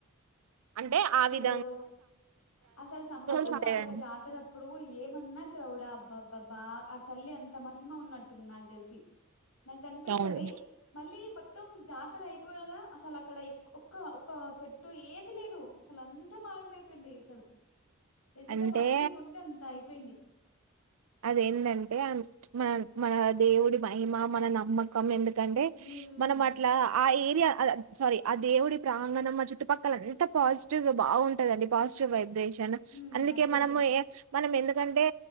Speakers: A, on the right (about 80°); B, on the left (about 90°).
A: అంటే ఆ విద్
B: లు అసలు సమ్మక్క
A: సం ఉంటాయండి
B: సారక్క జాతర ఇప్పుడు ఏమన్నా క్రౌడా అబ్బబ్బ బా ఆ తల్లి అంత మహిమ ఉన్నట్టుంది నాకు తెలిసి నాక్ కనిపిస్తది
A: అవును
B: మళ్ళీ మొత్తం జాతర అయిపోయినదా అసలు అక్కడ ఏ ఒక్క ఒక్క చెట్టు ఏది లేదు అసలు అంతా మాయమైపోయింది అసల్ ఎంత
A: అంటే
B: పబ్లిక్ ఉంటే అంత అయిపోయింది
A: అది ఎంది అంటే మన మన దేవుడి మహిమ మన నమ్మకం ఎందుకు ఎందుకంటే
B: ఉమ్ ఉమ్
A: మనం అట్లా ఆ ఎ సారీ ఆ దేవుడి ప్రాంగణం ఆ చుట్టుపక్కల ఎంత పాజిటివ్ గా బావుంటాదండి పాజిటివ్ వైబ్రేషన్
B: ఉమ్
A: అందుకే
B: అదే
A: మనము
B: అదే
A: ఏ మనం ఎందుకంటే